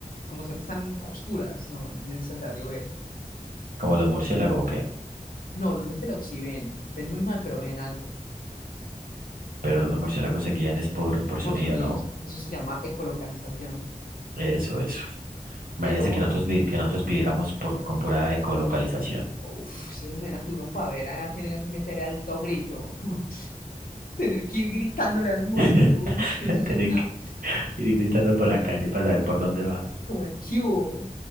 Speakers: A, on the left; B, on the right.
A: Como siempre están a obscuras, no, no es necesario ver.
B: como los murciélagos o qué?
A: No, los murciélagos sí ven, ven muy mal, pero ven algo,
B: Pero los murciélagos se guían es por, por
A: por
B: sonido,
A: sonidos.
B: ¿no?
A: Eso se llama ecolocalización.
B: Eso, eso. Imagínense
A: Pero
B: que nosotros, vi- que nosotros viviéramos por, con pura ecolocalización.
A: Uf, se imagina que uno para ver allá tiene que meter alto grito, <laughs> tener que ir gritándole al mundo.
B: <laughs>
A: Uf, eso es
B: Tener
A: una,
B: que ir gritando por la calle para saber por dónde va.
A: como el cubo.